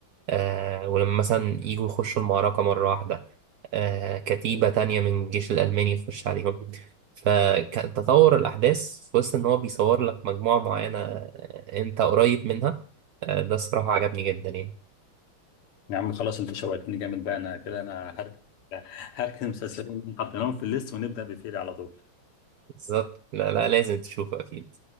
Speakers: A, on the right; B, on the left.
A: آه ولما مثلا يجوا يخشوا المعركة مرة واحدة آه كتيبة تانية من الجيش الألماني يخش عليهم فتطور الأحداث في وسط إن هو بيصور لك مجموعة معينة آه، أنت قريب منها آه ده الصراحة عجبني جدا يعني
B: يا عم خلاص انت شوقتني جامد بقى انا كده انا هركن هركن المسلسلين حطيناهم في الليست ونبدا بفيري على طول
A: بالظبط لا لا لازم تشوفه أكيد